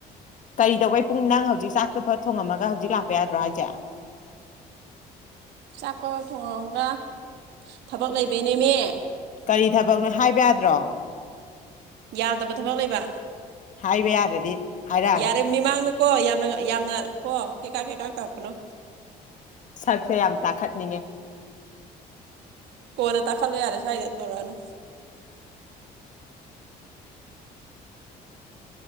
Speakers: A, on the left; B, on the right.
A: ꯀꯔꯤ ꯇꯧꯕꯩ ꯄꯨꯡ ꯅꯪ ꯍꯧꯖꯤꯛ ꯆꯥꯛꯇꯣ ꯐꯠ ꯊꯣꯡꯉꯝꯃꯒ ꯍꯧꯖꯤꯛ ꯂꯥꯛꯄ ꯌꯥꯗ꯭ꯔꯣ ꯍꯥꯏꯁꯦ <inaudible>
B: ꯆꯥꯛ ꯄꯕꯞ ꯊꯣꯡꯉꯝꯃꯒ ꯊꯕꯛ ꯂꯩꯕꯩꯅꯦꯃꯤ
A: ꯀꯔꯤ ꯊꯕꯛꯅꯣ ꯍꯥꯏꯕ ꯌꯥꯗ꯭ꯔꯣ
B: ꯌꯥꯗꯕ ꯊꯕꯛ ꯂꯩꯕ
A: ꯍꯥꯏꯕ ꯌꯥꯗ꯭ꯔꯗꯤ ꯍꯥꯏꯔꯛꯑꯅꯨ
B: ꯌꯥꯔꯦ ꯃꯤꯃꯥꯡꯗꯀꯣ ꯌꯥꯝꯅ ꯌꯥꯝꯅ ꯀꯣ ꯀꯦꯀꯥ ꯀꯦꯀꯥ ꯇꯧꯀꯅꯣ
A: ꯁꯛꯁꯦ ꯌꯥꯝ ꯇꯥꯈꯠꯅꯤꯡꯉꯦ
B: ꯀꯣꯟꯅ ꯇꯥꯈꯠꯂꯣ ꯌꯥꯔꯦ ꯁꯥꯏꯗ ꯇꯧꯔꯛꯑꯅꯨ